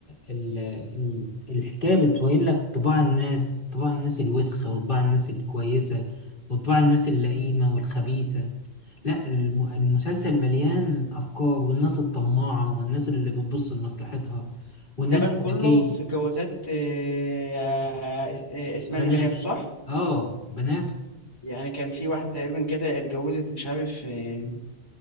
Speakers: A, on the left; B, on the left.
A: ال ال الحكايه بتبين لك طباع الناس طباع الناس الوسخه وطباع الناس الكويسه وطباع الناس اللئيمه والخبيثه لا الم- المسلسل مليان افكار والناس الطماعه والناس اللي بتبص لمصلحتها والناس
B: ده بان كله
A: الذكيه
B: في الجوازات آه، آه، آه، اسمها
A: بناته
B: دي بناته صح؟
A: اه بناته
B: يعني كان في واحدة تقريبا كده اتجوزت مش عارف آه،